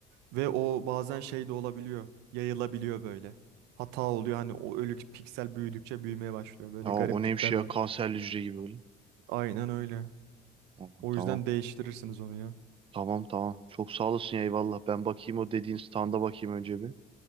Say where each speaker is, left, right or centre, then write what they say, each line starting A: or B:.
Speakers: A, on the right; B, on the right.
A: ve o bazen şey de olabiliyor yayılabiliyor böyle. Hata oluyor hani o ölü piksel büyüdükçe büyümeye başlıyor böyle
B: Aa,
A: gariplikler
B: o neymiş ya
A: var.
B: kanserli hücre gibi böyle.
A: Aynen öyle.
B: Aa,
A: O
B: tamam
A: yüzden değiştirirsiniz onu ya.
B: tamam tamam. Çok sağ olasın ya eyvallah. Ben bakayım o dediğin standa bakayım önce bir.